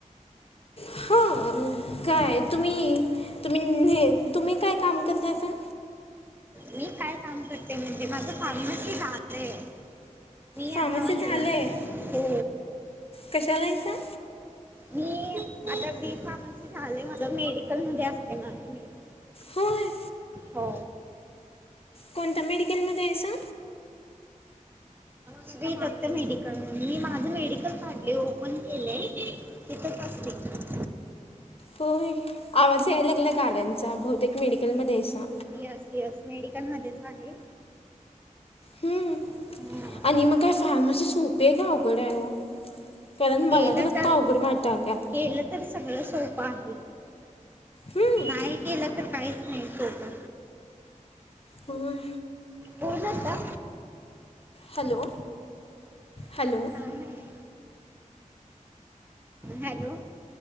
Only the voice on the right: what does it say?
मी काय काम करते म्हणजे माझं फार्मसी झालय आहे. मी
आता ह्याला
हो.
मी आता बी फार्मसी झाले माझं मेडिकल मध्ये असते ना मी <inaudible>
हो
श्री दत्त मेडिकल म्हून मी माझे मेडिकल काढले ओपन केले. तिथं च आस्ते
येस येस मेडिकल मध्येच आहे.
हम्म.
केलं
तर
केलं तर सगळं सोपं आहे.
नाहीय केलं तर काहीच नाही सोपं.
होनता.
किती छान आहे हॅलो